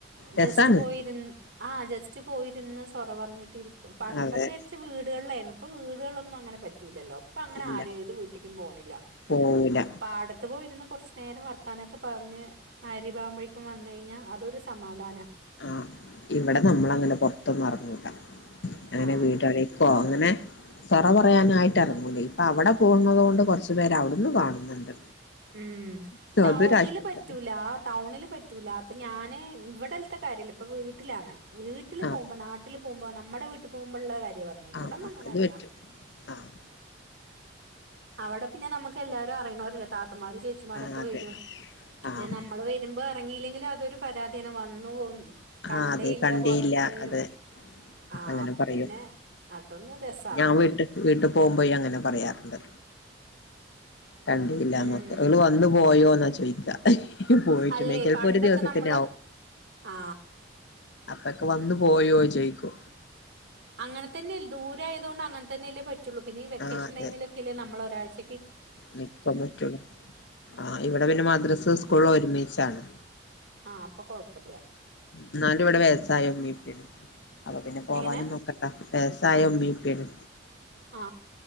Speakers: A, on the left; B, on the right.
A: രസാണ്
B: ജസ്റ്റ് പോയിരുന്ന് ആ ജസ്റ്റ് പോയിരുന്ന് സൊറ പറഞ്ഞിട്ടിരിക്കും പണ്ടൊക്കെ
A: അതെ
B: വെച്ച വീടുകളിലായിക്ക വീടുകളൊന്നും അങ്ങനെ പറ്റല്ലോ അപ്പ അങ്ങനെ
A: ഇല്ല
B: ആരത് വീട്ടിക്കും പോണില്ല
A: പോവൂല
B: പാടത്ത് പോയിരുന്ന് കുറച്ച് നേരം വർത്താനൊക്കെ പറഞ്ഞ് ആരിമാവുമ്പോഴേക്കും വന്ന കഴിഞ്ഞാൽ അതൊരു സമാധാനമാണ്
A: ആഹ ഇവിടെ നമ്മള അങ്ങനെ പൊറത്തൊന്നും ഇറങ്ങൂല അങ്ങനെ
B: ആ
A: വീട്ണിക്കോ അങ്ങനെ സെറ പറയാനായിട്ട് ഇറങ്ങൂലേ ഇപ്പൊ അവിടെ പോകുന്നത കൊണ്ട് കുറച്ചു പേര് അവിടുന്ന് കാണുന്നുണ്ട്
B: ഉം ടൗണില്
A: അതൊരാശ്വാസല്ലേ
B: പറ്റൂല ടൗണില് പറ്റൂല അപ്പൊ ഞാന് ഇവിടെലത്തെ കാര്യല്ല ഇപ്പ വീട്ടിലാണ് വീട്ടിൽ
A: ആഹ്
B: പോകുമ്പോ നാട്ടിൽ പോകുമ്പോ നമ്മുടെ വീട്ടിൽ പോകുമ്പോുള്ള കാര്യമാ പറഞ്ഞെ ഇവിടെങ്ങും
A: ആഹ്
B: അങ്ങനെ
A: അത്
B: ഇറങ്ങാറില്ല
A: പറ്റും ആഹ്
B: അവിടെ പിന്നെ നമുക്ക് എല്ലാരും അറിയണവരല്ലേ താത്തമാര് ചേച്ചിമാരൊക്കെ
A: ആഹ് അതെ
B: വരും
A: ആഹ്
B: പിന്നെ നമ്മള് വരുമ്പോ ഇറങ്ങിയില്ലെങ്കിലും അതൊരു പരാതിയാണ് വന്നു പോ കണ്ടേയില്ല
A: ആഹ് അതെ കണ്ടിയില്ല
B: പൊറത്ത്
A: അതെ
B: ആഹ
A: അങ്ങനെ
B: അപ്പൊ
A: പറയും
B: പിന്നെ അതൊന്ന് രസാണ്
A: ഞാൻ വീട്ട വീട്ടിൽ പോകുമ്പോയി അങ്ങനെ പറയാറുണ്ട് കണ്ടില്ല
B: ഉം
A: നോക്കെ അവള് വന്നു പോയോന്നാ ചോദിക്കാം പോയിട്ടുണ്ട
B: അല്ലേ
A: ചിലപ്പോ
B: പണ്ടൊക്കെ
A: ഒരു ദിവസത്തിന
B: നമ്മള്
A: ആവും
B: ആ
A: അപ്പൊക്കെ വന്ന് പോയോ ജയിക്കോ
B: അങ്ങനെ തന്നെല്ല ദൂരം ആയകൊണ്ട് അങ്ങനെന്ന അല്ലേ പറ്റുള്ളൂ പിന്ന ഈ വെക്കേഷൻ
A: ആഹ് അതെ
B: ടൈംമിൽ ഒക്കെ അല്ലേ നമ്മള ഒരാഴ്ച
A: നിക്കാൻ പറ്റുള്ളൂ ആ ഇവിടെ പിന്നെ മദ്രസ് സ്കൂൾ ഒരുമിച്ചാണ്
B: ആഹ അപ്പൊ കൊഴപ്പില്ല
A: എന്നാലും ഇവിടെ വ്യവസായം മീപ്പന് അപ്പൊ പിന്നെ പോവാനും
B: എങ്ങനെ
A: നോക്കട്ടാ പെസായ ഉമ്മപ്പണ്
B: ആ